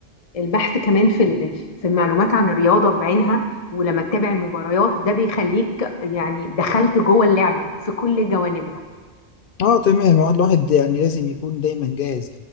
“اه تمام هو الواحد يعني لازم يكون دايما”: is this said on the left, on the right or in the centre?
Left